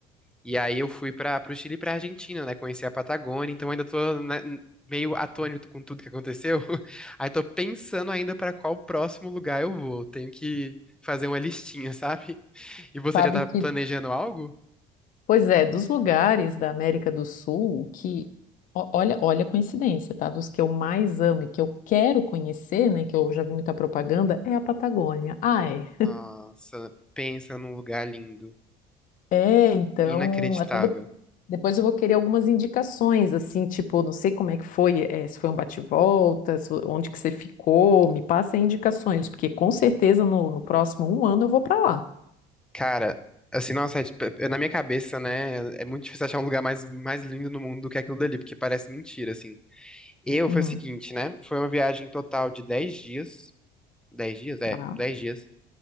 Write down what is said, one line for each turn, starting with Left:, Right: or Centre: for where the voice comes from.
Centre: E aí eu fui para o Chile e para Argentina, né? Conheci a Patagônia, então ainda tô né, meio atônito com tudo que aconteceu. <laughs> Aí tô pensando ainda para qual próximo lugar eu vou. Tenho que fazer uma listinha, <laughs> sabe? E você
Left: Sabe
Centre: já tá
Left: que,
Centre: planejando algo?
Left: Pois é, dos lugares da América do Sul o que, ó- olha, olha a coincidência, tá? Dos que eu mais amo e que eu quero conhecer, né? Que eu já vi muita propaganda, é a Patagônia. Ah, é.
Centre: Nossa, pensa num lugar lindo,
Left: é, então,
Centre: inacreditável.
Left: até Depois eu vou querer algumas indicações, assim, tipo, não sei como é que foi, eh, se foi um bate-volta, se- onde que você ficou, me passa aí indicações, porque com certeza no, no próximo um ano eu vou para lá.
Centre: Cara, assim, nossa, é tipo- é- na minha cabeça, né, é muito difícil achar um lugar mais, mais lindo no mundo do que aquilo dali, porque parece mentira, assim. Eu,
Left: Uhum.
Centre: foi o seguinte, né, foi uma viagem total de 10 dias, 10 dias, é,
Left: Tá?
Centre: 10 dias,